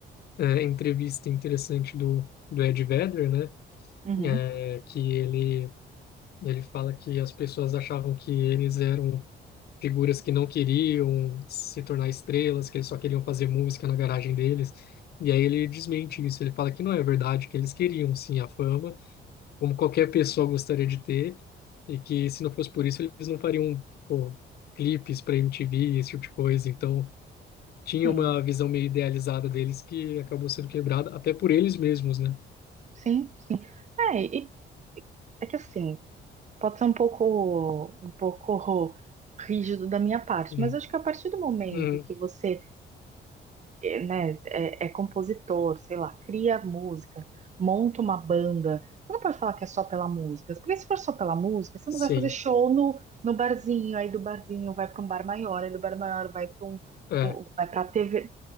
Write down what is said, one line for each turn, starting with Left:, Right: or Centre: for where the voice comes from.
Left: é, entrevista interessante do, do Ed Vedder, né?
Right: Uhum.
Left: É, que ele, ele fala que as pessoas achavam que eles eram figuras que não queriam se tornar estrelas, que eles só queriam fazer música na garagem deles. E aí ele desmente isso, ele fala que não é verdade, que eles queriam sim a fama, como qualquer pessoa gostaria de ter, e que se não fosse por isso eles não fariam, pô, clipes para MTV, esse tipo de coisa. Então tinha
Right: Sim,
Left: uma visão meio idealizada deles que acabou sendo quebrada até por eles mesmos, né?
Right: sim, sim. É, e, é que assim. Pode ser um pouco, um pouco rígido da minha parte,
Left: Uhum.
Right: mas acho que a partir do momento
Left: Uhum.
Right: que você é, né, é, é compositor, sei lá, cria músicas, monta uma banda. Você não pode falar que é só pela música, porque se for só pela música, você
Left: Sim.
Right: não vai fazer show no, no barzinho, aí do barzinho vai para um bar maior, aí do bar maior vai para um,
Left: É.
Right: um- vai para TV.